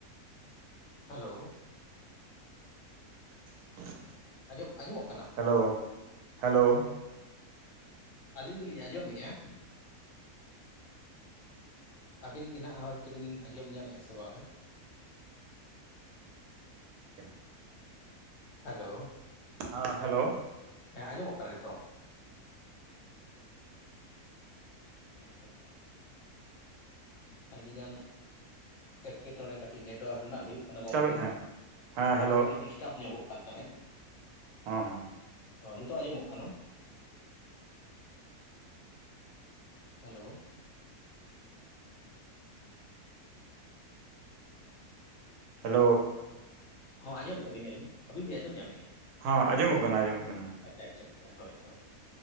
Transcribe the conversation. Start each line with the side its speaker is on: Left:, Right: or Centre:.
Left: ᱦᱮᱞᱳ
Right: <unintelligible>
Left: ᱟᱡᱚᱢ ᱟᱡᱚᱢᱚᱜ ᱠᱟᱱᱟ?
Right: ᱦᱮᱞᱳ ᱦᱮᱞᱳ,
Left: ᱟᱹᱞᱤᱧ ᱫᱚᱞᱤᱧ ᱟᱸᱡᱚᱢᱮᱼᱟ ᱾ ᱟᱹᱵᱤᱱ ᱜᱮ ᱱᱟᱜᱽ ᱦᱚᱭᱛᱚ ᱵᱤᱱ ᱟᱡᱚᱢ ᱧᱟᱢᱮᱜᱼᱟ ᱥᱮ ᱵᱟᱝᱼᱟ?
Right: <inaudible>
Left: ᱦᱮᱞᱳ
Right: ᱦᱟᱸ ᱦᱮᱞᱳ
Left: ᱦᱮᱸ ᱟᱡᱚᱢᱚᱜ ᱠᱟ ᱱᱤᱛᱚᱝ᱾ <inaudible> ᱟᱹᱰᱤ ᱜᱟᱱ ᱮᱴᱠᱮ ᱴᱚᱬᱮ ᱠᱟᱹᱴᱤᱡ ᱱᱮᱴᱣᱟᱨᱠ ᱨᱮᱱᱟᱜ ᱦᱩᱭᱩᱜ ᱠᱟᱱᱟ
Right: ᱰᱤᱥᱴᱟᱵᱮᱫ
Left: ᱜᱚᱝᱠᱮ
Right: ᱛᱟᱦᱮᱸᱫ
Left: ᱾
Right: ᱦᱮᱸ
Left: ᱦᱳᱭ
Right: ᱦᱮᱞᱳ
Left: ᱠᱟᱹᱴᱤᱡ ᱰᱤᱥᱴᱟᱵᱽ ᱧᱚᱜᱚᱜ ᱠᱟᱱ ᱛᱟᱦᱮᱸᱫ ᱾
Right: ᱦᱮᱸ ᱦᱮᱸ,
Left: ᱚ ᱱᱤᱛᱚᱜ ᱟᱸᱡᱚᱢᱚᱜ ᱠᱟᱱᱟ ᱾ ᱦᱮᱞᱳ,
Right: ᱦᱮᱞᱳ,
Left: ᱦᱚᱸ ᱟᱡᱚᱢᱮᱼᱟ ᱟᱹᱞᱤᱧ ᱟᱹᱵᱤᱱ ᱵᱤᱱ ᱟᱸᱡᱚᱢ ᱧᱟᱢᱮᱼᱟ?
Right: ᱦᱚᱸ ᱟᱸᱡᱚᱢᱚᱜ ᱠᱟᱱᱟ ᱟᱸᱡᱚᱢᱚᱜ ᱠᱟᱱᱟ ᱾
Left: ᱟᱪᱪᱷᱟ ᱟᱪᱪᱷᱟ, ᱦᱳᱭ ᱦᱳᱭ,